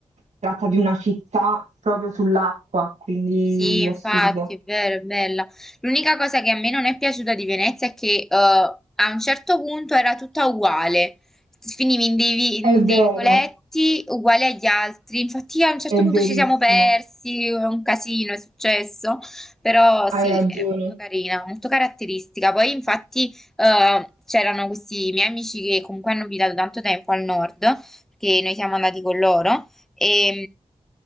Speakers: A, on the right; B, in the centre.
A: tratta di una città proprio sull'acqua, quindi
B: Sì, infatti,
A: assurdo.
B: è vero, è bella. L'unica cosa che a me non è piaciuta di Venezia è che eh, a un certo punto era tutta uguale. Finivi in dei, in
A: È vero,
B: dei vicoletti uguali agli altri. Infatti, a un certo
A: È verissimo,
B: punto ci siamo persi, è un casino, è successo. Però sì,
A: hai ragione,
B: è molto carina, molto caratteristica. Poi, infatti, eh, c'erano questi miei amici che comunque hanno abitato tanto tempo al nord, perché noi siamo andati con loro. E